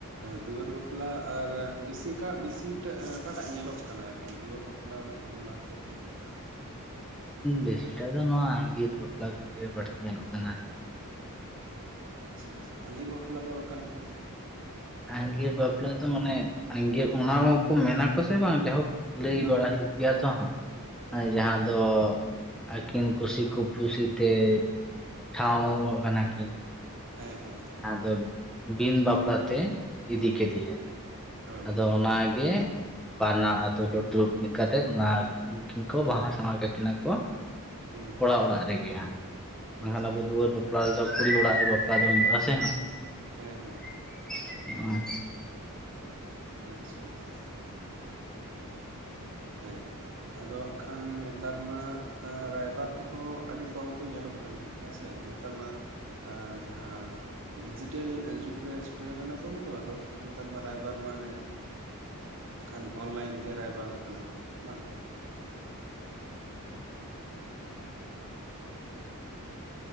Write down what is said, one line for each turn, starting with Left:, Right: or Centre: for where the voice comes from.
Right: ᱫᱩᱣᱟᱹᱨ ᱵᱟᱯᱞᱟ ᱟᱨ ᱵᱮᱥᱤ ᱚᱠᱟᱜ ᱵᱮᱥᱤᱴᱟᱜ ᱚᱠᱟᱴᱟᱜ ᱧᱮᱞᱚᱜ ᱠᱟᱱᱟ ᱟᱨᱠᱤ ᱫᱩᱣᱟᱹᱨ ᱵᱟᱯᱞᱟᱼᱼ ᱵᱟᱯᱞᱟ <inaudible> ᱵᱟᱫ ᱠᱟᱛᱮᱫ
Centre: <inaudible>
Right: ᱚᱱᱠᱟ
Centre: ᱵᱮᱥᱤᱴᱟᱜ ᱫᱚ ᱱᱚᱣᱟ ᱟᱸᱜᱤᱨ ᱵᱟᱯᱞᱟ ᱠᱚᱜᱮ ᱵᱟᱹᱲᱛᱤ ᱧᱮᱞᱚᱜ ᱠᱟᱱᱟ᱾
Right: ᱟᱪᱪᱷᱟ ᱟᱪᱪᱷᱟ ᱟᱸᱜᱤᱨ ᱵᱟᱯᱞᱟ ᱫᱚ ᱚᱠᱟᱞᱮ ᱞᱮᱠᱟ ᱪᱚᱝ᱾
Centre: ᱟᱸᱜᱤᱨ ᱵᱟᱯᱞᱟ ᱫᱚ ᱢᱟᱱᱮ ᱟᱝᱜᱤᱨ ᱚᱱᱟ ᱦᱚᱸᱠᱚ ᱢᱮᱱᱟ ᱠᱚ ᱥᱮ ᱵᱟᱝ ᱡᱟᱭᱦᱳᱠ᱾ ᱞᱟᱹᱭ ᱵᱟᱲᱟ ᱦᱩᱭᱩᱜ ᱜᱮ ᱛᱚ ᱦᱟᱸᱜᱼᱼ
Right: ᱦᱩᱸ
Centre: ᱡᱟᱦᱟᱸ
Right: ᱦᱩᱸ
Centre: ᱟᱫᱚ ᱟᱹᱠᱤᱱ ᱠᱩᱥᱤ ᱠᱩ ᱯᱩᱥᱤᱛᱮᱼᱼ ᱴᱷᱟᱶ ᱠᱟᱱᱟ ᱠᱤᱱᱼᱼ
Right: ᱦᱮᱸ ᱦᱮᱸ
Centre: ᱟᱫᱚ ᱵᱤᱱ ᱵᱟᱯᱞᱟᱛᱮ ᱤᱫᱤ
Right: ᱦᱩᱸ
Centre: ᱠᱮᱫᱮᱭᱟᱭ᱾
Right: ᱦᱳᱭ
Centre: ᱟᱫᱚ ᱚᱱᱟᱜᱮ ᱵᱟᱱᱟ ᱟᱛᱳ ᱦᱚᱲ ᱫᱩᱲᱩᱵ ᱢᱤᱫ ᱠᱟᱛᱮ ᱚᱱᱟ ᱩᱱᱠᱤᱱ ᱠᱚ ᱵᱟᱦᱟ ᱥᱟᱶᱦᱟ ᱠᱟᱠᱤᱱᱟ ᱠᱚ
Right: ᱦᱮᱸ
Centre: ᱠᱚᱲᱟ ᱚᱲᱟᱜ ᱨᱮᱜᱮ ᱦᱟᱸᱜ ᱵᱟᱝᱠᱷᱟᱱ
Right: ᱟᱪᱪᱷᱟ
Centre: ᱟᱵᱚ ᱫᱩᱣᱟᱹᱨ ᱵᱟᱯᱞᱟ ᱫᱚ ᱠᱩᱲᱤ ᱚᱲᱟᱜ ᱨᱮ ᱵᱟᱯᱞᱟ ᱫᱚ ᱦᱩᱭᱩᱜ ᱥᱮ᱾
Right: ᱦᱮᱸ ᱦᱮᱸ
Centre: <unintelligible>
Right: ᱟᱪᱪᱷᱟ ᱟᱪᱪᱷᱟ ᱦᱮᱸ ᱟᱫᱚ ᱦᱟᱜ ᱠᱷᱟᱱ ᱱᱮᱛᱟᱨ ᱢᱟ ᱨᱟᱭᱵᱟᱨ ᱠᱚᱦᱚᱸ ᱟᱹᱰᱤ ᱠᱚᱢ ᱠᱚ ᱧᱮᱞᱚᱜ ᱦᱩᱭᱩᱜ ᱠᱟᱱᱟ ᱦᱮᱸᱥᱮ ᱱᱮᱛᱟᱨ ᱢᱟ ᱡᱟᱸᱦᱟᱸ ᱰᱤᱡᱤᱴᱮᱞ ᱡᱩᱜᱽ ᱨᱮ ᱥᱮᱴᱮᱨ ᱠᱟᱱᱟ ᱵᱚᱱ ᱛᱚ ᱟᱫᱚ ᱠᱷᱟᱱ ᱨᱟᱭᱵᱟᱨ ᱢᱟᱱᱮ ᱠᱷᱟᱱ ᱚᱱᱞᱟᱭᱤᱱ ᱛᱮ ᱨᱟᱭᱵᱟᱨᱚᱜ ᱠᱟᱱᱟ ᱵᱚ ᱵᱟᱝ